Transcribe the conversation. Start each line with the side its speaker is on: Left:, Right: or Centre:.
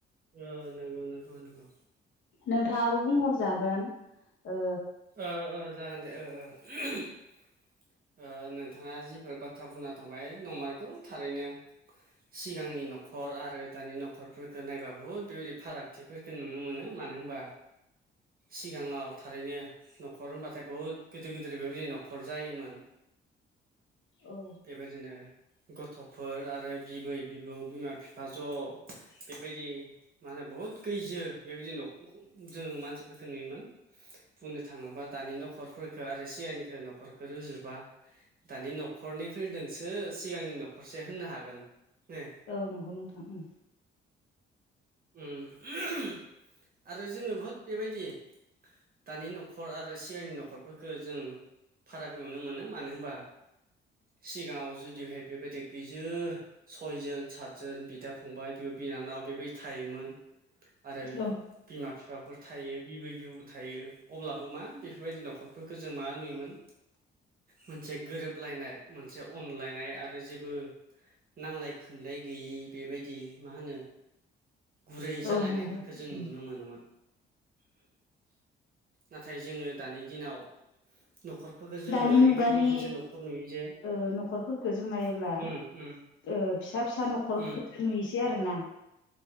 Right: ओम नोंगौ नोंथां नोंगौ।
Left: नोंथाङाबो बुंहरजागोन ओ
Right: ओ ओ जागोन दे ओ ओ <unintelligible> ओ नोंथाङा जिफोर बाथ्रा बुंना थांबाय नंमारगौ थारैनो सिगांनि न'खर आरो दानि न'खरफोरखो नायबा बहद बेबायदि फारागथिफोर जों नुनो मोनो मानो होनबा सिगाङाव थारैनो न'खर होनबाथाय बुहुत गिदिर गिदिर बेबायदि न'खर जायोमोन।
Left: औ।
Right: बेबायदिनो गथ'फोर आरो बिबै बिबौ बिमा बिफा ज' बेबायदि मा होनो बहुद गैजो बेबायदि न'खरखौ जोङो मानसिफोरखौ नुयोमोन। बुंनो थाङोबा दानि नखरफोरखो आरो सिगांनिखो न'खरखो रुजोबा दानि न'खरनैफोरदोंसो सिगांनि न'खरसे होननो हागोन ने?
Left: औ नोंगौ नोंथां उम।
Right: उम आरो जोङो बहुद बेबायदि दानि न'खर आरो सिगांनि न'खरफोरखो जों फाराग नुनो मोनो मानो होनबा सिगाङाव जुदिहाय बेबायदि गोजो सयजोन सातजोन बिदा फंबाय बिब' बिनानाव बेबायदि थायोमोन। आरो
Left: औ
Right: बिमा फिफाफोर थायो बिबै बिबौ थायो। अब्लाबो मा बेफोरबायदि न'खरफोरखो जों मा नुयोमोन मोनसे गोरोबलायनाय मोनसे अनलायनाय आरो जेबो नांलाय खोमलाय गैयि बेबायदि मा होनो गुरै जालायनायफोरखौ
Left: औ नंगौ
Right: जों
Left: उम
Right: नुनो मोनोमोन। नाथाय जोङो दानि दिनाव न'खरफोरखौ जोङो
Left: दानि
Right: ओरैबायदि
Left: मुगानि
Right: मोनसे न'खर नुयो जे उम
Left: ओ न'खरफोरखौ जों नायोब्ला
Right: उम
Left: ओ फिसा फिसा न'खरखौ
Right: उम
Left: नुयोसै आरो ना।